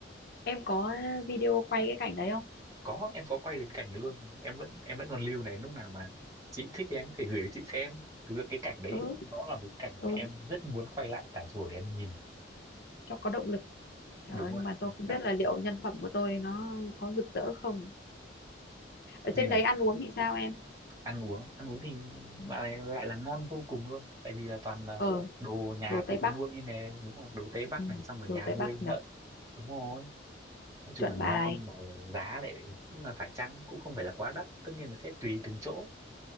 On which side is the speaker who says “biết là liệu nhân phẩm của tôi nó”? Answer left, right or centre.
Left